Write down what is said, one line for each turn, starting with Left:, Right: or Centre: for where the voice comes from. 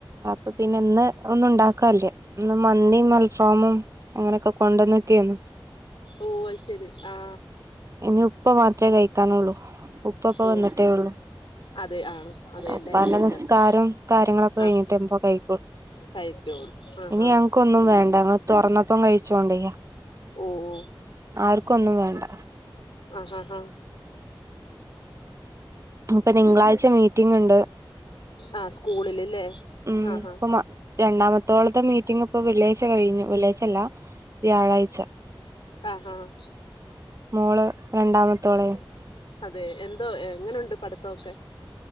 Right: അപ്പൊ പിന്നെ ന്ന് ഒന്നും ഉണ്ടാക്കല്ല. ന്ന് മന്തിം അൽഫാമും അങ്ങനെക്കെ കൊണ്ടന്നക്കെയ്നു
Left: ഓ അയ്ശെരി ആ
Right: ഇനി ഉപ്പ മാത്രേ കഴിക്കാനൊള്ളൂ ഉപ് ഇപ്പപ്പൊ
Left: ഓ
Right: വന്നിട്ടേ ഉള്ളു
Left: അതെ ആഹ് അതെ എല്ലാരും
Right: ഇപ്പന്റെ
Left: ഉണ്ടല്ലോ
Right: നിസ്ക്കാരം കാര്യങ്ങളൊക്കെ കഴിഞ്ഞിട്ട്
Left: ആഹ്
Right: ഇപ്പ കഴിക്കോളൂ
Left: കഴിക്കോളൂ ആഹ്
Right: ഇനി
Left: ആഹ്
Right: ഞ ഒന്നും വേണ്ട ഞങ്ങള് തൊറന്നപ്പം കഴിച്ചോണ്ടെ
Left: ഓ ഓ
Right: ആർക്കും ഒന്നും വേണ്ട
Left: ആഹ ഹാഹാ
Right: ഇപ്പൊ തിങ്കളാഴ്ച മീറ്റിംഗ് ഉണ്ട്
Left: ആഹ സ്കൂളിൽല്ലേ
Right: ഉം
Left: ആഹ
Right: ഇപ്പൊ രണ്ടാമത്തോളത്തെ മീറ്റിങ് ഇപ്പൊ വെള്ളിയാഴ്ച കഴിഞ്ഞു വെള്ളിയാഴ്ച അല്ല വ്യാഴാഴ്ച
Left: ആഹ് ആഹ്
Right: മോള് രണ്ടാമതൊള്ളെ
Left: അതെ എന്തോ എങ്ങനെയുണ്ട് പഠിത്തൊക്കെ